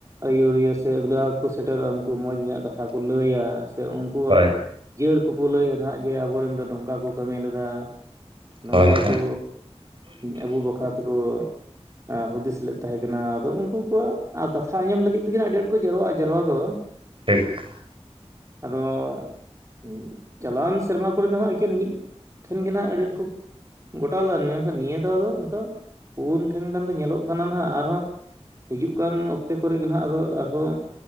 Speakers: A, on the right; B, on the right.
A: ᱟᱹᱭᱩᱨᱤᱭᱟᱹ ᱥᱮ ᱟᱹᱜᱞᱟᱹᱦᱟ ᱠᱩ ᱥᱮᱴᱮᱨᱚᱜᱼᱟ ᱩᱱᱠᱩ ᱢᱚᱸᱡᱽ ᱢᱚᱡᱽᱟᱜ ᱠᱟᱛᱷᱟ ᱠᱚ ᱞᱟᱹᱭᱟ ᱥᱮ ᱩᱱᱠᱩᱣᱟᱜ
B: ᱦᱳᱭ
A: ᱡᱤᱭᱟᱹᱲ ᱠᱩᱠᱩ ᱞᱟᱹᱭᱟ ᱱᱟᱜ ᱡᱮ ᱟᱵᱚᱨᱮᱱ ᱫᱚ ᱱᱚᱝᱠᱟ ᱠᱩ ᱠᱟᱹᱢᱤ ᱞᱮᱫᱟ ᱱᱚᱝᱠᱟ
B: ᱦᱳᱭ ᱦᱳᱭ
A: ᱠᱚ ᱟᱹᱵᱩ ᱵᱟᱠᱷᱨᱟ ᱛᱮᱠᱚ ᱟ ᱦᱩᱫᱤᱥ ᱞᱮᱫ ᱛᱟᱦᱮᱸ ᱠᱟᱱᱟ ᱟᱫᱚ ᱩᱱᱠᱩ ᱠᱚᱣᱟᱜ ᱠᱟᱛᱷᱟ ᱟᱸᱡᱚᱢ ᱞᱟᱹᱜᱤᱫ ᱛᱮᱜᱮ ᱟᱹᱰᱤ ᱟᱸᱴ ᱠᱚ ᱡᱟᱨᱣᱟᱜᱼᱟ ᱡᱟᱨᱣᱟ ᱫᱚ ᱾
B: ᱴᱷᱤᱠ
A: ᱟᱫᱚᱻ <unintelligible> ᱪᱟᱞᱟᱣᱮᱱ ᱥᱮᱨᱢᱟ ᱠᱚᱨᱮ ᱫᱚ ᱦᱟᱜ ᱮᱠᱮᱱ ᱢᱤᱫ ᱴᱷᱮᱱ ᱜᱮ ᱱᱟᱜ ᱟᱹᱰᱤ ᱟᱸᱴ ᱠᱩ ᱜᱚᱴᱟ ᱞᱮᱫᱟ ᱢᱮᱱᱠᱷᱟᱱ ᱱᱤᱭᱟᱹ ᱫᱷᱟᱣ ᱫᱚ ᱚᱱᱠᱟ ᱯᱩᱱ ᱴᱷᱮᱱ ᱜᱟᱱ ᱫᱚ ᱧᱮᱞᱚᱜ ᱠᱟᱱᱟ ᱱᱟᱦᱟᱜ ᱟᱨᱦᱚᱸ ᱦᱤᱡᱩᱜ ᱠᱟᱱ ᱚᱠᱛᱮ ᱠᱚᱨᱮ ᱜᱮ ᱱᱟᱦᱟᱸᱜ ᱟᱫᱚ ᱟᱨᱦᱚᱸ